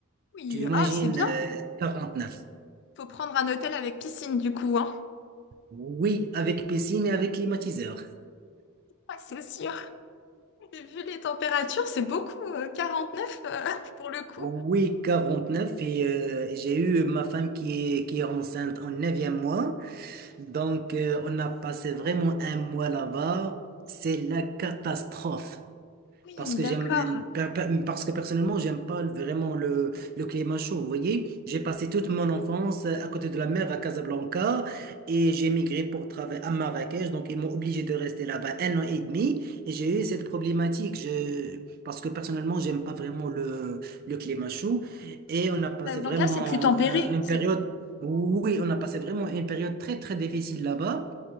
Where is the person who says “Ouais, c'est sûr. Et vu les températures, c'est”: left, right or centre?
Left